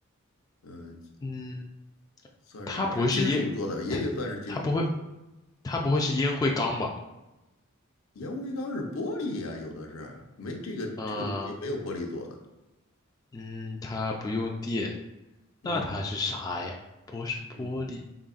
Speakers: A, on the left; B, on the left.
A: 嗯、呃
B: 嗯，
A: 算是反正金属做的，
B: 它不会是烟，
A: 也有算是金属做的。
B: 它它不会，它不会是烟灰缸吧？
A: 烟灰缸是玻璃呀、有的是没这个这个东西没有玻璃做的，
B: 嗯、嗯，它不用电，那它是啥呀？
A: 嗯。
B: 不是玻璃。
A: 嗯，